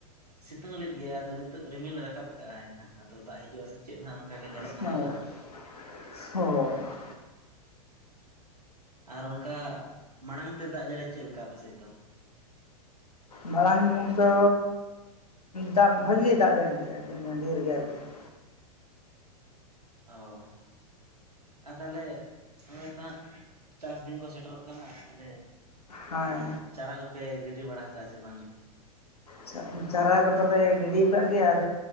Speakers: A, on the right (about 90°); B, on the left (about 85°).
A: ᱥᱤᱛᱩᱝ ᱞᱮᱫ ᱜᱮᱭᱟᱭ ᱟᱫᱚ ᱱᱤᱛᱚᱜ ᱨᱤᱢᱤᱞ ᱨᱟᱠᱟᱵ ᱠᱟᱜᱼ ᱟᱭ ᱦᱟᱸᱜ ᱟᱫᱚ ᱫᱟᱜ ᱦᱤᱡᱩᱜᱼᱟ ᱥᱮ ᱪᱮᱜ ᱦᱟᱸ ᱚᱱᱠᱟ ᱜᱮ
B: <unintelligible>
A: ᱧᱮᱞᱚᱜ ᱠᱟᱱᱟ ᱛᱚ ᱟᱨ ᱚᱱᱠᱟ ᱢᱟᱲᱟᱝ ᱛᱮ ᱫᱟᱜ ᱡᱟᱹᱲᱤ ᱪᱮᱜ ᱞᱮᱠᱟ ᱟᱯᱮᱥᱮᱫ ᱫᱚ ᱾
B: ᱢᱟᱲᱟᱝ ᱛᱚ ᱫᱟᱜ ᱵᱷᱟᱜᱮ ᱫᱟᱜ ᱡᱟᱹᱨᱤ ᱠᱮᱜᱼᱟ ᱟᱹᱰᱤ ᱰᱷᱮᱨ ᱜᱮ ᱟᱨᱠᱤ ᱾
A: ᱚ ᱟᱨ ᱛᱷᱟᱞᱮ ᱱᱚᱜᱚᱭ ᱛᱚ ᱦᱟᱸᱜ ᱪᱟᱥ ᱫᱤᱱ ᱠᱚ ᱥᱮᱴᱮᱨᱚᱜ ᱠᱟᱱᱟ ᱛᱷᱟᱞᱮ
B: ᱦᱟᱭ
A: ᱪᱟᱨᱟ ᱜᱚᱯᱮ ᱜᱤᱰᱤ ᱵᱟᱲᱟ ᱠᱟᱜᱼᱟ ᱥᱮ ᱵᱟᱝ ᱜᱮ?
B: ᱪᱟᱜ ᱪᱟᱨᱟ ᱠᱚᱫᱚᱞᱮ ᱜᱤᱰᱤ ᱠᱟᱜ ᱜᱤᱭᱟ ᱟᱨ